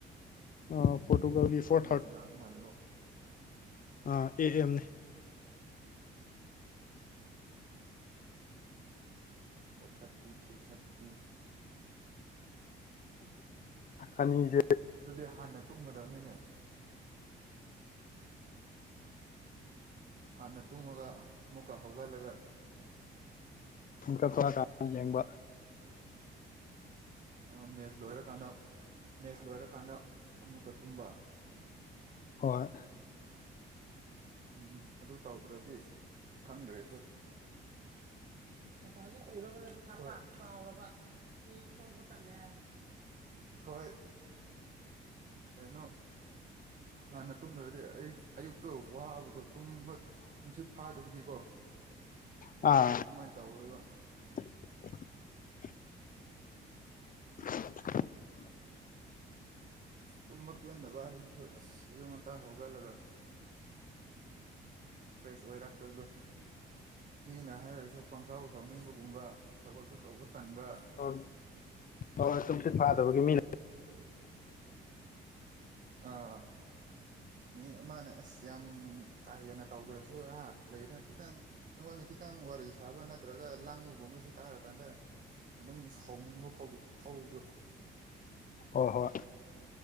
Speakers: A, on the left (about 45°); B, on the right (about 45°).
A: ꯑ ꯄꯣꯔꯇꯨꯒꯜꯒꯤ
B: ꯊꯅ
A: ꯐꯣꯔ
B: ꯁꯅꯥ ꯃꯥꯜꯕ
A: ꯑꯥ ꯑꯦ ꯑꯦꯝꯅꯤ
B: ꯑꯣ ꯊꯥꯔꯇꯤ ꯊ꯭ꯔꯤ ꯊꯥꯔꯇꯤ
A: ꯑꯅꯤꯖꯦ
B: ꯑꯗꯨꯗꯤ ꯍꯥꯟꯅ ꯇꯨꯝꯒꯗꯕꯅꯤꯅꯦ ꯍꯥꯟꯅ ꯇꯨꯝꯉꯒ ꯑꯃꯨꯛꯀ ꯍꯧꯒꯠꯂꯒ
A: ꯨꯡꯀ ꯀ ꯀ ꯌꯦꯡꯕ
B: ꯎ ꯃꯦꯁ ꯂꯣꯏꯔ ꯀꯥꯟꯗ ꯃꯦꯁ ꯂꯣꯏꯔꯀꯥꯟꯗ ꯑꯃꯨꯛꯀ ꯇꯨꯝꯕ
A: ꯍꯣꯏ
B: ꯎꯝ ꯑꯗꯨ ꯇꯧꯗ꯭ꯔꯗꯤ ꯈꯪꯗ꯭ꯔꯦ ꯀꯀꯥꯒꯤ ꯄꯨꯔꯕꯅꯁꯨ ꯍꯥꯄ ꯀꯥꯎꯔꯕ ꯐ ꯇ ꯍꯣꯏ ꯀꯩꯅꯣ ꯍꯥꯟꯅ ꯇꯨꯝꯗ꯭ꯔꯗꯤ ꯑꯩ ꯑꯌꯨꯛꯇꯣ ꯋꯥꯕꯗꯣ ꯇꯨꯝ ꯨꯝꯁꯤꯠ ꯐꯥꯗꯕꯤꯕꯤꯀꯣ
A: ꯑꯥ
B: ꯑꯗꯨꯃꯥꯏꯅ ꯇꯧꯔꯤꯕ
A: <unintelligible> <inaudible> <unintelligible> <inaudible>
B: ꯇꯨꯝꯕ ꯄꯦꯟꯗꯕ ꯍꯥꯏꯁꯨ ꯑꯁ ꯑꯌꯨꯝ ꯉꯇꯥ ꯍꯧꯒꯠꯂꯒ ꯐ꯭ꯔꯦꯁ ꯑꯣꯏꯔꯛꯇꯕꯗꯣ ꯃꯤꯅ ꯍꯥꯏꯔꯁꯨ ꯄꯪꯁꯥꯎ ꯁꯥꯎꯅꯤꯡꯕꯒꯨꯝꯕ ꯊꯕꯛꯁꯨ ꯇꯧꯕ ꯇꯟꯕ
A: ꯑ ꯍ ꯇ ꯐꯔ ꯇ ꯃꯤ
B: ꯑꯥ ꯃꯤ ꯑꯃꯅ ꯑꯁ ꯌꯥꯝ ꯀꯥ ꯍꯦꯟꯅ ꯇꯧꯗ꯭ꯔꯁꯨ ꯑꯥ ꯂꯩꯗꯅ ꯈꯤꯇꯪ ꯑꯩꯉꯣꯟꯗ ꯈꯤꯇꯪ ꯋꯥꯔꯤ ꯁꯥꯕ ꯅꯠꯇ꯭ꯔꯒ ꯂꯥꯡꯕꯒꯨꯝꯕꯕꯁꯤ ꯇꯥꯔꯀꯥꯟꯗ ꯑꯗꯨꯝ ꯁꯥꯎꯅꯤꯡꯕ ꯐꯥꯎ ꯍꯧꯗ
A: ꯍ ꯍꯣꯏ